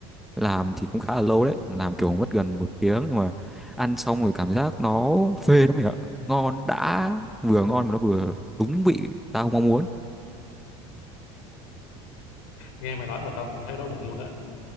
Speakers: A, in the centre; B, on the left.
A: làm thì cũng khá là lâu đấy làm kiểu mất gần một tiếng nhưng mà ăn xong rồi cảm giác nó phê lắm mày ạ ngon đã vừa ngon mà nó vừa đúng vị tao mong muốn
B: Nghe mày nói và tao cũng thấy đói bụng luôn đó.